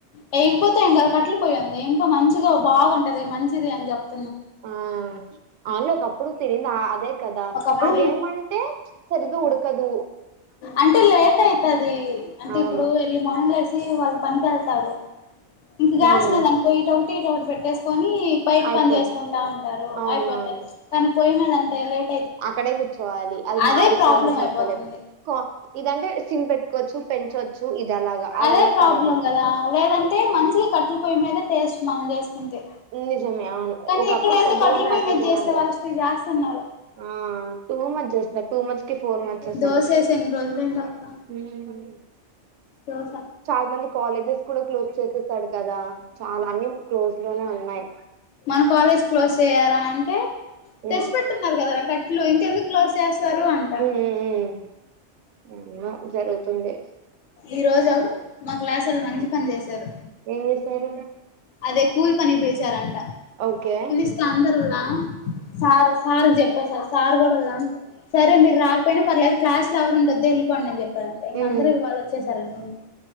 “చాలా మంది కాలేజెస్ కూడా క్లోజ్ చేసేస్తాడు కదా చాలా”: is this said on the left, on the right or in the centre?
Right